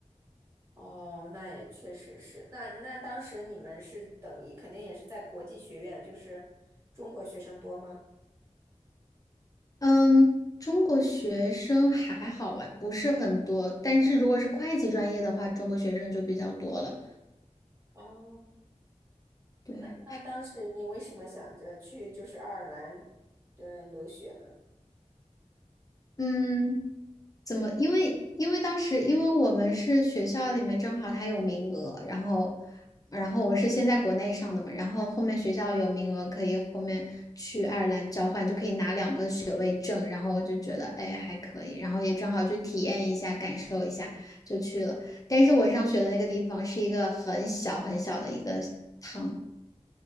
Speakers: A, on the right; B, on the left.
A: 哦，那也确实是。那那当时你们是等于肯定也是在国际学院，就是中国学生多吗？
B: 嗯，中国学生还好啊，不是很多，但是如果是会计专业的话，中国学生就比较多了。
A: 哦，
B: 对，
A: 那那当时你为什么想着去就是爱尔兰的留学呢？
B: 嗯。怎么？因为因为当时因为我们是学校里面正好它有名额，然后然后我是先在国内上的嘛，然后后面学校有名额可以后面去爱尔兰交换，就可以拿两个学位证，然后我就觉得哎还可以，然后也正好去体验一下，感受一下就去了。但是我上学的那个地方是一个很小很小的一个 town，